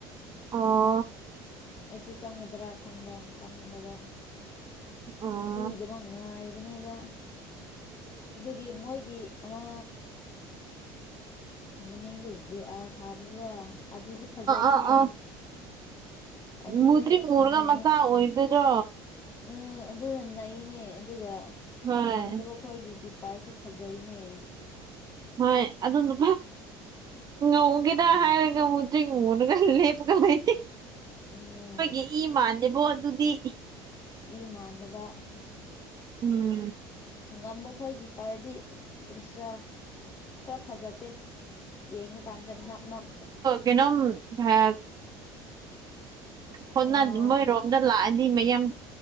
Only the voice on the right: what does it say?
ꯑꯣ
ꯑꯥ
ꯑꯥ ꯑꯥ
ꯃꯨꯗ꯭ꯔꯤ ꯃꯨꯔꯒ
ꯃꯆꯥ ꯑꯣꯏꯗꯣꯏꯔꯣ
ꯍꯣꯏ
ꯍꯣꯏ ꯑꯗꯨ ꯅꯨ ꯉꯒꯦꯗ
ꯃꯉꯅꯒ ꯂꯦꯄꯒ ꯂꯩ
ꯏ ꯏ ꯃꯥꯥꯟꯅꯦꯕꯣ ꯑꯗꯨꯗꯤ
ꯎꯝ
ꯩꯅꯝ ꯍ ꯍꯣ
ꯃꯣꯏꯔꯣꯝꯗ ꯂꯥꯛꯑꯗꯤ ꯃꯌꯥꯝ